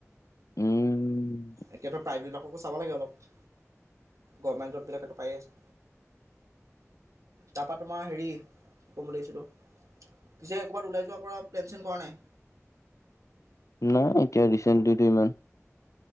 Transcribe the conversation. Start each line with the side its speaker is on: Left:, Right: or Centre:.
Left: উম
Right: এতিয়া ধৰ প্ৰাইভেট বিলাককো চাব লাগে অলপ, গভৰমেণ্ট জবিলাকেতো পায়ে আছে। তাৰপা তোমাৰ হেৰি কি কম বুলি ভাবিছিলো। পিছে ক'ৰবাত ওলাই যোৱা কৰা প্লেন চেলেন কৰা নাই।
Left: নাই এতিয়া ৰিচেন্টতো দুই দিনমান